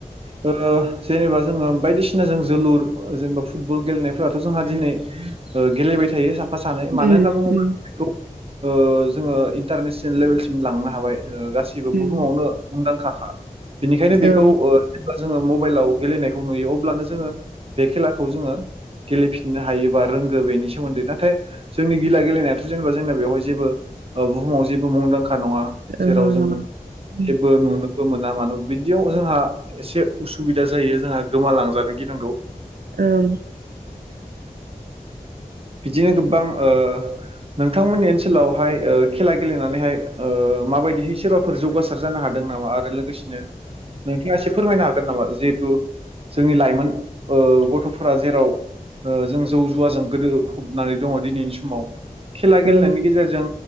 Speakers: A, on the right (about 40°); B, on the right (about 85°).
A: जेनेबा जोङो बायदिसिना जों जोलुर जेनेबा फुटबल गेलेनायफ्राथ' जोंहा दिनै। ओ गेलेबाय थायो साफा सानै मानो
B: उम
A: होनना बुङोब्ला
B: उम
A: बेखौ जोंङो इन्टारनेसनेल लेबेलसिम लांनो हाबाय। गासिबो
B: उम
A: बुहुमावनो मुंदांखाखा बेनिखायनो बेखौ
B: औ
A: ओ। जेब्ला जोङो मबाइलाव गेलेनायखौ नुयो अब्लानो जोङो बे खेलाखौ जोंङो। गेलेफिननो हायोबा रोंगौ बेनि सोमोन्दै नाथाय। जोंनि गिला गेलेनायाथ' जेनेबा जोंना बेवहाय जेबो बुहुमाव जेबो मुंदांखा नंङा।
B: ओहो
A: जेराव जों
B: नङा उम
A: जेबो नुनोबो मोना मानो बिदियाव जोंहा एसे उसुबिदा जायो जोंहा गोमालांजानो गिनांगौ
B: ओं
A: बिदिनो गोबां ओ नोंथांमोननि ओनसोलावहाय खेला गेलेनानैहाय ओ माबायदिहै सोरबाफोर जौगासार जानो हादों नामा आरो लोगोसेनो नोंथाङा एसे फोरमायनो हागोन नामा जिहेथु। जोंनि लाइमोन ओ गथ'फोरा जेराव ओ जों जौ जुवाजों गोदो फबनानै दंङ दिनैनि समाव खेला
B: औ
A: गेलेनायनि गेजेरजों